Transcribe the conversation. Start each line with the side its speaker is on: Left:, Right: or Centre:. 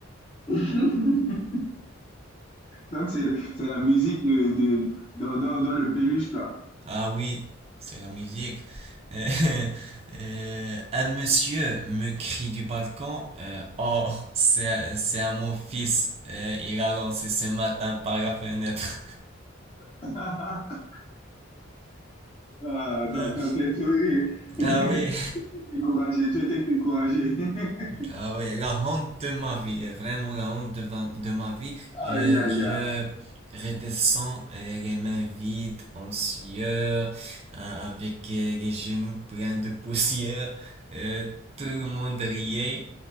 Left: <laughs> Donc c'est c'est la musique de, de, dans, dans, dans le peluche, quoi.
Right: Ah oui, c'est la musique. Euh, <laughs> euh, un monsieur me crie du balcon, euh, oh, c'est, c'est à mon fils, Euh, il a lancé ce matin par la fenêtre.
Left: <laughs> Ah, ça,
Right: <laughs> Euh,
Left: ça fait sourire. <laughs>
Right: ah oui,
Left: Découragé, tu étais découragé. <laughs>
Right: Ah oui, la honte de ma vie, euh, vraiment la honte de, va- de ma vie. Je,
Left: Aïe, aïe, aïe.
Right: je redescends euh, les mains vides, en sueur, euh, avec euh, les genoux pleins de <laughs> poussière. Euh, tout le monde riait.